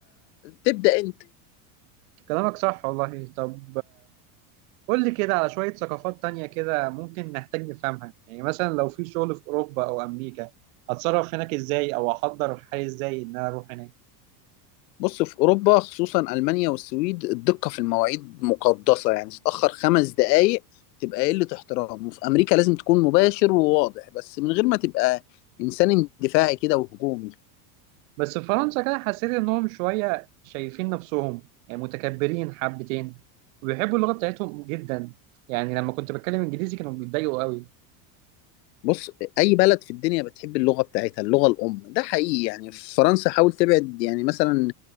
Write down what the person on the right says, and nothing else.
كلامك صح والله طب قول لي كده على شوية ثقافات تانية كده ممكن نحتاج نفهمها يعني مثلا لو في شغل في أوروبا أو أمريكا أتصرف هناك إزاي أو أحضر حالي إزاي إن أنا أروح هناك
بس في فرنسا كده حسيت إنهم شوية شايفين نفسهم يعني متكبرين حبتين وبيحبوا اللغة بتاعتهم جدا يعني لما كنت بتكلم إنجليزي كانوا بيتضايقوا قوي